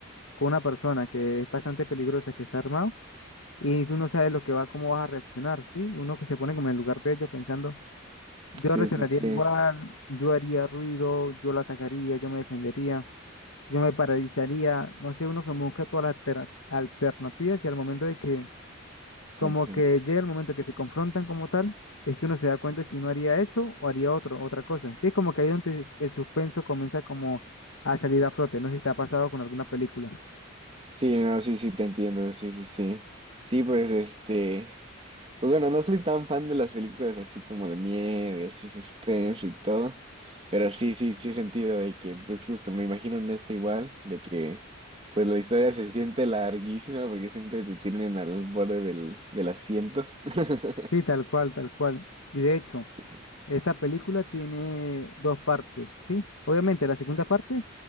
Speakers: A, on the left; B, on the right.
A: con una persona que es bastante peligrosa, que está armado, y tú no sabes lo que va, cómo vas a reaccionar, ¿sí? Uno que se pone como en el lugar de ellos pensando, yo
B: Sí,
A: reaccionaría
B: sí, sí.
A: igual, yo haría ruido, yo la atacaría, yo me defendería, yo me paralizaría, no sé, uno que busca todas las altera- alternativas y al momento de que,
B: Sí,
A: como
B: sí.
A: que llega el momento que se confrontan como tal, es que uno se da cuenta si uno haría eso o haría otro, otra cosa, ¿sí? Es como que ahí donde el suspenso comienza como a salir a flote, no sé si te ha pasado con alguna película.
B: Sí, no, sí, sí, te entiendo. Sí, sí, sí. Sí, pues este. Pues bueno, no soy tan fan de las películas así como de miedo y así suspenso y todo. Pero sí, sí, sí he sentido de que, pues justo, me imagino en esta igual, de que pues la historia se siente larguísima porque siempre te tienen al borde del, del asiento. <laughs>
A: Sí, tal cual, tal cual. Y de hecho,
B: Sí.
A: esta película tiene dos partes, ¿sí? Obviamente, la segunda parte